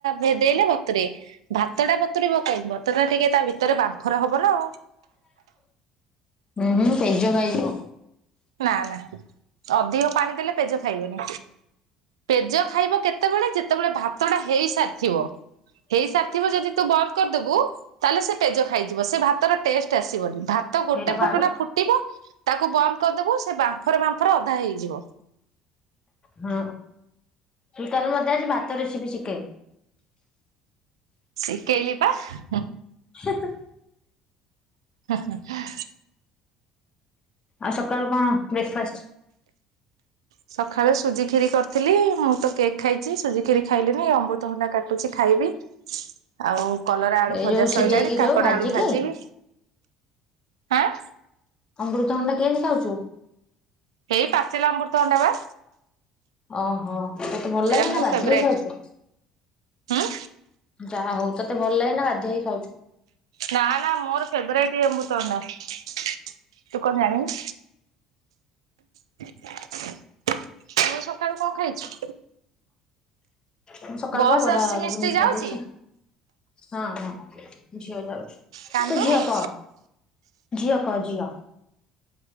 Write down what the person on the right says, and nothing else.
ଭେଦେଇଲେ ବତୁୁରେ, ଭାତ ଟା ବତୁରିବ କହିବ, ଭାତଟା ଟିକେ ତା ଭିତରେ, ବାମ୍ଫ ରେ, ହବ ନା।
ନା, ନା ଅଧିକ ପାଣି, ଦେଲେ ପେଜ ଖାଇବନି। ପେଜ ଖାଇବ କେତେବେଳେ, ଯେତେବେଳେ ଭାତଟା ହେଇସାରିଥିବ। ହେଇ ସାରିଥିବ, ଯଦି ତୁ ବନ୍ଦ କରିଦବୁ ତାହେଲେ ସେ, ପେଜ ଖାଇଯିବ ୲ ସେ ଭାତର ଟେଷ୍ଟ, ଆସିବନି। ଭାତ, ଗୋଟେ
ଫୁଟଣ,
ଫୁଟିବ ତାକୁ, ବ କରିଦବୁ, ସେ ବାମ୍ଫରେ, ବାମ୍ଫରେ ଅଧା ହେଇଯିବ।
ସିକେଇଲିପା ୲
ହୁଁ, ହୁଁ
ସକାଳେ, ସୁଜି ଖିରି କରିଥିଲି ୲ ମୁଁ, ତ କେକ୍ ଖାଇଛି ୲ ସୁଜି ଖିରି ଖାଇଲିନି, ଅମୃତଭଣ୍ଡା କାଟୁଛି, ଖାଇବି ଆଉ କଲରା, ଆଳୁ
ଭଜା,
ସଲାଣି
କାଙ୍କଡ,
ଆଳୁ ଭାଜିବି। ଆଁ
ହେଇ, ପାଚିଲା ଅବୃତଭଣ୍ଡା, ବା।
ସେଇଟା
ମୋ
ଫେବରାଇଟ
ହୁଁ
ନା, ନା ମୋର ଫେବରାଇଟ, ଏ ଅମୃତଭଣ୍ଡା ୲ତୁ, କଣ ଜାଣିନୁ ତୁ ସକାଳୁ, କଣ ଖାଇଛୁ?
ବସ୍
ଆସୁଛି
ମିଷ୍ଟି
ଯାଉଛି
କାନ୍ଦୁନି